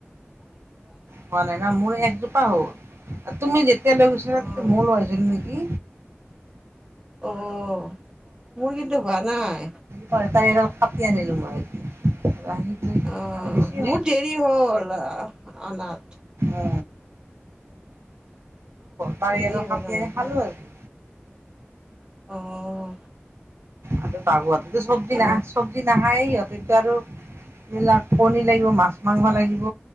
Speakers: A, on the right; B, on the right.
A: হোৱা নাই ন মোৰ একজোপা হল তুমি যেতিয়া লৈ গৈছিলা
B: অ',
A: তেতিয়া ময়ো লই আহিছিলো নেকি
B: অ', মোৰ কিন্তু হোৱা নাই
A: <unintelligible> কাটি আনিলোঁ মই ৰাহিটো
B: অ',
A: আৰু বেছি
B: মোৰ
A: হ
B: দেৰি হ'ল অনাত
A: অ বাৰী
B: দেৰিয়ে
A: আৰু কাটি
B: হ'ল অনাত
A: আনি খালো আৰু
B: অ',
A: আৰু বাবোৱাতো চবজি
B: অ',
A: নাখা চবজি নাখায়েই সিহঁতেটো আৰু এইবিলাক কণী লাগিব মাছ মাংস লাগিব